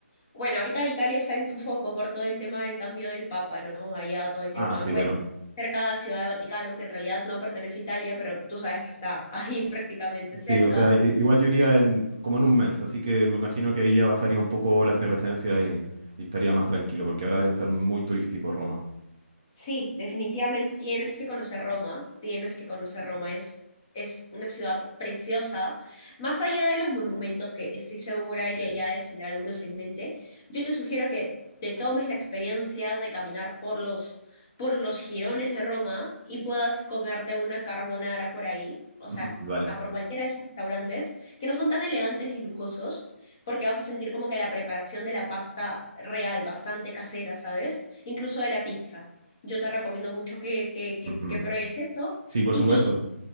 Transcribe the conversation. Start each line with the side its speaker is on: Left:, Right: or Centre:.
Left: bueno, ahorita Italia está en su foco por todo el tema del cambio del Papa, ¿no? Allá todo el
Right: Ah,
Left: tema,
Right: sí,
Left: bueno,
Right: bueno.
Left: cerca de Ciudad de Vaticano, que en realidad no pertenece a Italia, pero tú sabes que está <laughs> ahí prácticamente
Right: Sí,
Left: cerca.
Right: o sea, i- igual yo iría en, como en un mes, así que me imagino que ahí ya bajaría un poco la efervescencia y, y estaría más tranquilo, porque ahora debe estar muy turístico Roma.
Left: Sí, definitivamente tienes que conocer Roma, tienes que conocer Roma, es, es una ciudad preciosa. Más allá de los monumentos, que estoy segura de
Right: Sí.
Left: que ya debes tener algunos en mente, yo te sugiero que te tomes la experiencia de caminar por los, por los jirones de Roma y puedas comerte una carbonara por ahí, o
Right: Mm,
Left: sea,
Right: vale.
Left: por cualquiera de esos restaurantes, que no son tan elegantes ni lujosos, porque vas a sentir como que la preparación de la pasta real, bastante casera, ¿sabes? Incluso de la pizza yo te recomiendo mucho que, que, que,
Right: Ujú.
Left: que pruebes eso.
Right: Sí, por
Left: Y
Right: supuesto.
Left: si,